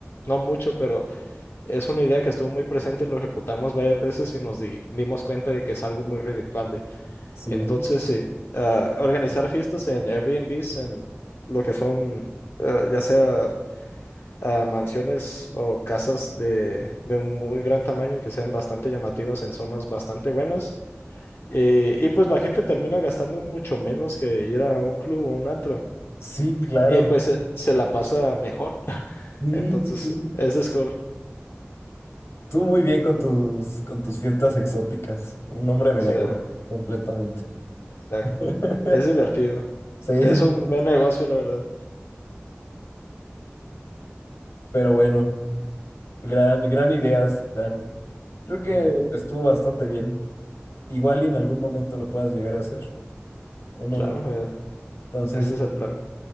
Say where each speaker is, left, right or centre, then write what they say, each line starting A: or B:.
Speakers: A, on the left; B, on the left.
A: no mucho, pero es una idea que estuvo muy presente, lo ejecutamos varias veces y nos di- dimos cuenta de que es algo muy redituable.
B: Sí,
A: Entonces, sí, ah, organizar fiestas en Airbnbs, en lo que son, ah, ya sea a mansiones o casas de, de un muy gran tamaño y que sean bastante llamativas en zonas bastante buenas. Eh, y pues la gente termina gastando mucho menos que ir a un club o un antro.
B: sí, claro,
A: Y pues se, se la pasa mejor. <laughs>
B: sí,
A: Entonces,
B: sí, sí.
A: eh, eso es cool.
B: Tú muy bien con tus, con tus fiestas exóticas, un hombre de
A: O sea,
B: negocio, completamente.
A: exacto.
B: <laughs>
A: Es divertido.
B: Sí, es-
A: Es un buen negocio, la verdad.
B: pero bueno, gran, gran ideas, gran. Creo que
A: Ujú,
B: estuvo bastante bien. Igual y en algún momento lo puedas llegar a hacer. No, no,
A: Claro,
B: no.
A: eh,
B: Entonces,
A: ese es el plan.